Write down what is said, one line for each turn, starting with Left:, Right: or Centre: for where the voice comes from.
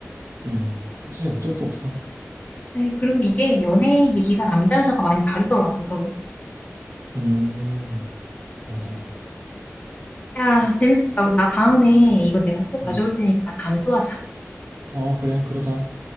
Right: 음 그치 어쩔 수 없어
Left: 네, 그리고 이게 연애 얘기가 남자 여자가 많이 다르더라고 서로.
Right: 음 맞아
Left: 야, 재밌었다. 우리 나 다음에 이거 내가 또 가져올
Right: 음.
Left: 테니까 다음에 또 하자.
Right: 어 그래 그러자